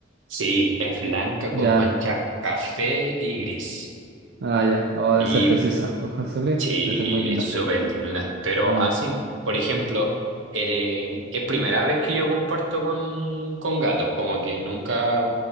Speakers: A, on the right (about 75°); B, on the right (about 55°).
A: sí, es blanca
B: Ya,
A: con manchas café y gris.
B: ah, ya. Oh,
A: Y
B: debe ser preciosa. Ojos azules,
A: Sí,
B: debe ser muy linda.
A: es súper linda. Pero
B: Buena.
A: así, por ejemplo, eh, es primera vez que yo comparto con, con gatos, como que nunca